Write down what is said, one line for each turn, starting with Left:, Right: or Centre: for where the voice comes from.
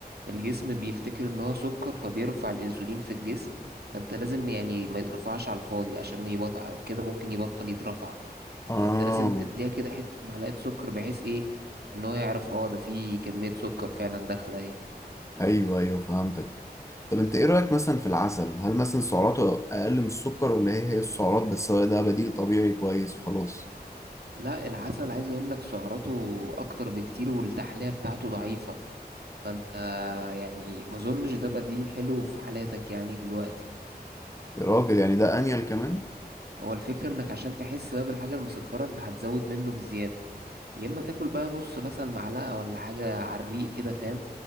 Right: الجسم بيفتكر ان هو سكر فبيرفع الانسولين في الجسم فانت لازم يعني ما يترفعش على الفاضي عشان يبطل كده ممكن يبطل يترفع
Left: اه
Right: فانت لازم تديها كده حتة معلقة سكر بحيث ايه ان هو يعرف اه ده فيه كمية سكر فعلا داخلة اهي
Left: ايوه ايوه فهمتك طب انت ايه رأيك مثلا في العسل هل مثلا سعراته اقل من السكر ولا هي هي السعرات بس هو ده بديل طبيعي كويس وخلاص
Right: لا العسل عايز اقول لك سعراته اكتر بكتير والتحلية بتاعته ضعيفة فانت يعني ما اظنش ده بقى دي الحلو في حالاتك يعني دلوقتي
Left: يا راجل يعني ده انيل كمان
Right: هو الفكرة انك عشان تحس بقى بالحاجة المسكرة انت هتزود منه بزيادة يا اما تاكل بقى نص مثلا معلقه ولا حاجه على الريق كده فاهم